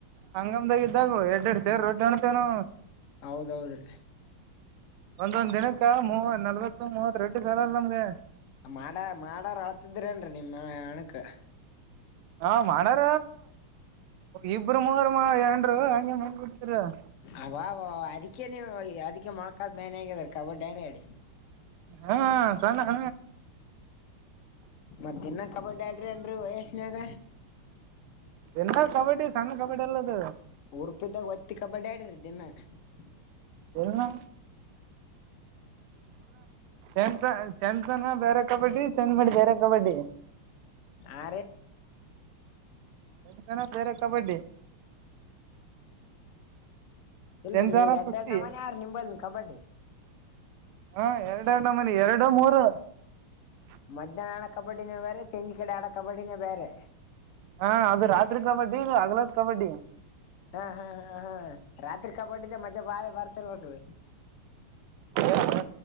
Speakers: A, on the right; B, on the left.
A: ಮುಂದಾಗ ಇದಿದ್ದಾಗ ಎಡ್ ಎರಡು ಸೇರಿ ರೊಟ್ಟಿ ಅಾಣತೇನು
B: ಹೌದೌದ್ರಿ
A: ಒಂದೊಂದ್ದಿನಕ್ಕ ಮೂವ ನಲ್ವತ್ತು ಮೂವತ್ ರಟ್ಟು ಸಾಲಲ್ ನಮ್ಗೆ
B: ಮಾಡ ಮಾಡಾರ ಆಳ್ತಿದ್ರೇನ್ರಿ ನಿಮ್ಮ ಹಣಕ್
A: ಹಾ ಮಾಡಾರ ಇಬರು ಮೂರು ನ್ರು ಹಗೆ ಮಾಡ ಬಿಟ್ಟತರ <unintelligible>
B: ಅವಾವ ಅದಕ್ಕೆ ನೀವು ಅದಕ್ಕೆ ಮೊಳಕಾದ ಮೇನೆ ಆಗದಾರೆ ಕಬಡ್ಡಿ ಆಡ್ಯಾಡಿ
A: ಹಾ ಸಣ ಹ
B: ಮತ್ತ ಇನ್ನ ಕಬಡ್ಡಿ ಆಡ್ರಿ ಅನ್ರಿ ವಯಸ್ನ್ಯಾಗ
A: ಎನ್ನ ಕಬಡ್ಡಿ ಸಂಣ್ಣ ಕಬಡ್ಡಿ ಎಲ್ಲದ
B: ರುಪಿದ್ದಾಗ ಒತ್ತಿ ಕಬಡ್ಡಿ ಆಡಿರ ದಿನ <unintelligible>
A: ಎ <unintelligible> ಇನ್ನ ಚಾಂಪ ಚಾಂಪಿಯನ್ ಬೇರೆ ಕಬಡ್ಡಿ ಚೆಂದ ಮಾಡಿದಾರ ಕಬಡ್ಡಿ
B: ಆ
A: ಬ ಬೇರೆ ಕಬಡ್ಡಿ
B: <inaudible>
A: ಚಂತನ ಕುಸ್ತಿ ಹಾ ಎರಡು ಎರಡು ಎರಡು ಮೂರ <unintelligible>
B: ಮಜ್ಯಾಹನ ಆಡೋ ಕಬಡ್ಡಿನೇ ಬೇರೆ ಚಂಜಿ ಕಡೆ ಆಡೋ ಕಬಡ್ಡಿನೇ ಬೇರೆ
A: ಹಾ ಅದು ರಾತ್ರಿ ಕಬಡ್ಡಿ ಇದು ಹಗ್ಲಾದ ಕಬಡ್ಡಿ
B: ಹಾ ಹಾ ಹಾ ಹಾ ರಾತ್ರಿ ಕಬಡ್ಡಿದೆ ಮಜ್ಜೆ ಬಾಳ ಬರ್ತಿರ್ಬೇಕ್ರೀ
A: ಹ